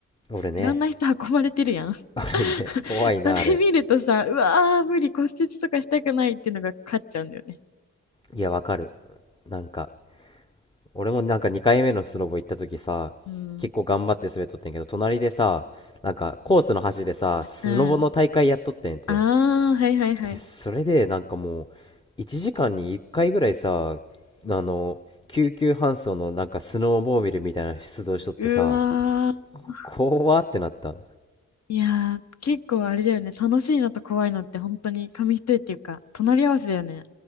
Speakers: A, on the left (about 15°); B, on the left (about 55°).
A: 俺ね、
B: いろんな人運ばれてるやん。
A: <laughs> 俺ね、怖いな、
B: <laughs> それ見るとさ、
A: あれ。
B: うわー、無理、骨折とかしたくないっていうのが勝っちゃうんだよね。
A: いや、わかる。なんか、俺もなんか2回目のスノボ行った時さ、
B: うん。
A: 結構頑張って滑っとってんけど、隣でさ、なんかコースの端でさ、スノボの大会やっとってんて。
B: うん。ああ、はいはいはい。
A: で、それでなんかもう、1時間に1回ぐらいさ、あの、救急搬送のなんかスノーモービルみたいな出動しとってさ、
B: うわー。
A: 怖ってなった。
B: いやー、結構あれだよね。楽しいのと怖いのって本当に紙一重っていうか、隣り合わせだよね。